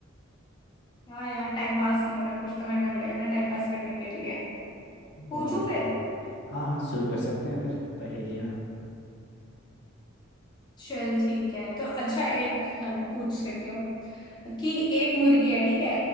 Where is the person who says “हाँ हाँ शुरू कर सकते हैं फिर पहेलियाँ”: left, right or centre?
Left